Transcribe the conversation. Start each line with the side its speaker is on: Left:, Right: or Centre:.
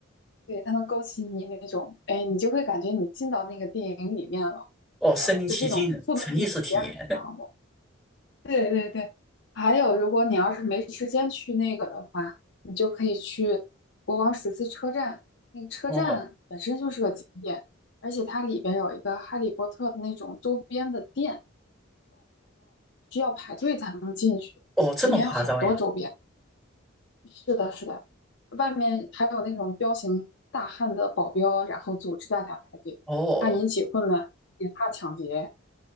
Left: 对，它能勾起你那种，哎，你就会感觉你进到那个电影里面了，
Centre: 哦，身临其境，
Left: 呃，就这种互动性体验很强。
Centre: 沉浸式体验。
Left: 对对对，还有，如果你要是没时间去那个的话，你就可以去国王十字车站。那个车站本身就是个景点，
Centre: <laughs> 哦
Left: 而且它里边有一个《哈利波特》的那种周边的店，排队才能进去。
Centre: 哦，这么夸张呀？
Left: 里面有很多周边。是的，是的，外面还有那种彪形大汉的保镖，然后组织大家排队，
Centre: 哦。
Left: 怕引起混乱，也怕抢劫。